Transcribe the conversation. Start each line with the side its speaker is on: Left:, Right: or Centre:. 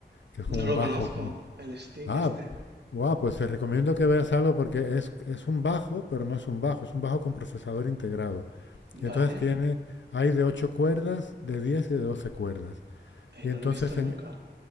Left: que es como
Right: No lo
Left: un bajo
Right: conozco,
Left: con,
Right: el stick
Left: Ah,
Right: este.
Left: wow, pues te recomiendo que veas algo porque es, es un bajo, pero no es un bajo, es un bajo con procesador integrado. Y entonces
Right: Vale,
Left: tiene, hay de 8 cuerdas, de 10 y de 12 cuerdas.
Right: eh,
Left: Y
Right: no
Left: entonces,
Right: lo he visto nunca.
Left: en,